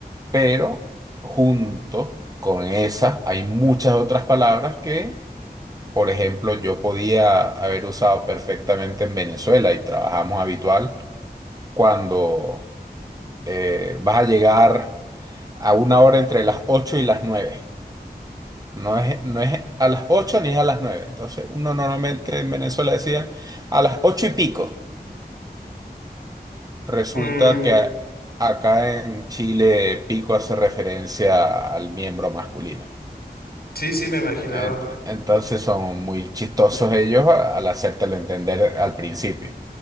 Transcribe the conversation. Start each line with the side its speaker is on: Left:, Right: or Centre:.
Right: pero junto con esa hay muchas otras palabras que, por ejemplo, yo podía haber usado perfectamente en Venezuela y trabajamos habitual cuando eh, vas a llegar a una hora entre las 8 y las nueve No es, no es a las 8 ni es a las nueve Entonces, uno normalmente en Venezuela decía a las 8 y pico. Resulta
Left: mm,
Right: que a- acá en Chile pico hace referencia al miembro masculino.
Left: sí, sí, me imaginaba.
Right: Ent- Entonces son muy chistosos ellos a- al hacértelo entender al principio.